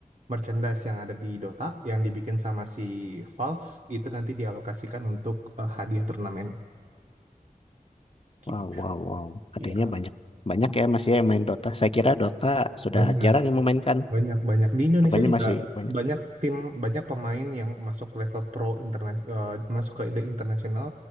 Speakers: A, on the right; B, on the left.
A: merchandise yang ada di Dota yang dibikin sama si Valve itu nanti dialokasikan untuk eh, hadiah turnamen. Gitu.
B: wow, wow, wow.
A: Ya,
B: Artinya banyak banyak ya masih yang main Dota. Saya kira Dota sudah
A: banyak,
B: jarang yang memainkan.
A: banyak, banyak. Di Indonesia
B: Rupanya
A: juga
B: masih banyak.
A: banyak tim, banyak pemain yang masuk level pro internasional, masuk ke the international.